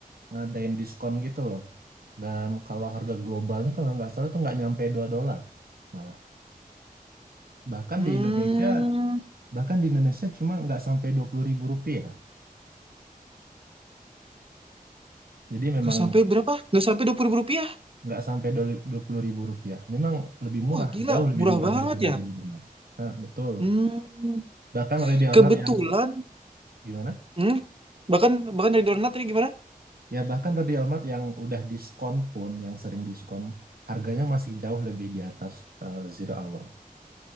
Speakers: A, on the right; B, on the right.
A: ngadain diskon gitu loh. Dan kalau harga globalnya kalau nggak salah tuh nggak nyampe 2 dolar malah. Bahkan
B: Hmm,
A: di Indonesia, bahkan di Indonesia cuma nggak sampai dua puluh ribu rupiah. Jadi memang
B: nggak sampai berapa? Nggak sampai dua puluh ribu rupiah?
A: nggak sampai dua puluh ribu rupiah. Memang lebih murah,
B: Wah gila,
A: jauh lebih
B: murah
A: murah
B: banget
A: daripada
B: ya.
A: ready or not. Nah, betul.
B: Hmm,
A: Bahkan ready or
B: kebetulan,
A: not yang gimana?
B: hmm, bahkan bahkan Ready or Not ini gimana?
A: Ya bahkan ready or not yang udah diskon pun, yang sering diskon, harganya masih jauh lebih di atas eh, zero hour.